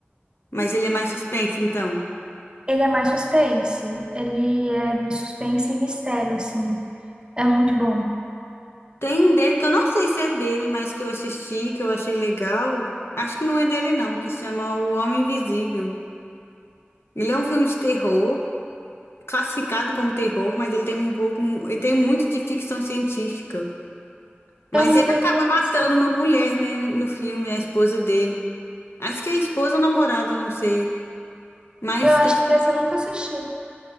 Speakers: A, on the left; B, on the right.
A: Mas ele é mais suspense, então.
B: Ele é mais suspense, ele é mi- suspense e mistério, assim. É muito bom.
A: Tem um dele que eu não sei se é dele, mas que eu assisti, que eu achei legal. Acho que não é dele, não, que chama O Homem Invisível. Ele é um filme de terror, classificado como terror, mas ele tem um pouco, ele tem muito de ficção científica. Mas
B: Eu nunca
A: ele acaba
B: vi
A: matando
B: esse.
A: uma mulher, né, no filme, a esposa dele. Acho que é a esposa ou namorada, não sei. Mas,
B: Eu acho
A: assim,
B: que essa eu nunca assisti.